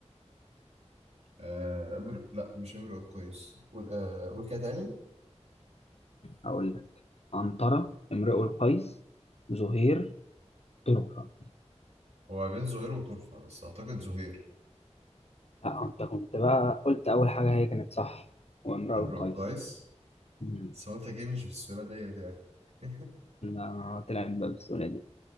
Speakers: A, on the right (about 70°); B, on the left (about 60°).
A: آه، امر لا مش امرؤ القيس قول آه، قول كده تاني
B: اقول لك عنترة امرؤ القيس زهير طرفة
A: هو بين زهير وطرفة بس اعتقد زهير
B: لا انت كنت بقى قلت اول حاجة هي كانت صح وامرؤ
A: امرؤ
B: القيس
A: القيس
B: مم.
A: بس هو انت جاي مش في السورة ديت يعني <laughs>
B: لا طلعت بقى بالسهولة دي